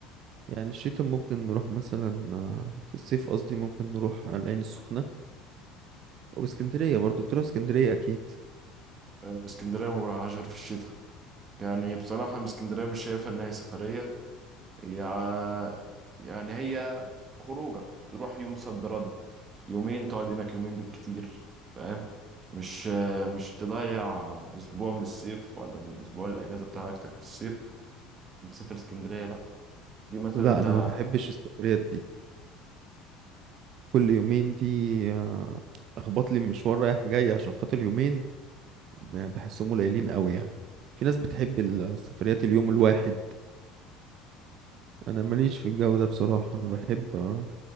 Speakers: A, on the right (about 50°); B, on the right (about 35°).
A: يعني الشتاء ممكن نروح مثلا آه، في الصيف قصدي ممكن نروح على العين السخنة أو اسكندرية برضه بتروح اسكندرية أكيد
B: آه، اسكندرية ما بروحهاش غير في الشتاء يعني بصراحة أنا اسكندرية مش شايفها إن هي سفرية هي ع- يعني هي خروجة تروح يوم صد رد يومين تقعد هناك يومين بالكتير فاهم مش آه، مش تضيع أسبوع من الصيف ولا من أسبوع الأجازة بتاعتك في الصيف عشان تسافر اسكندرية لأ دي مثلا
A: لا
B: أنت
A: أنا ما بحبش السفريات دي كل يومين دي آه، أخبط لي مشوار رايح جاي عشان خاطر يومين يعني بحسهم قليلين قوي يعني في ناس بتحب السفريات اليوم الواحد أنا ماليش في الجو ده بصراحة أنا بحب آه،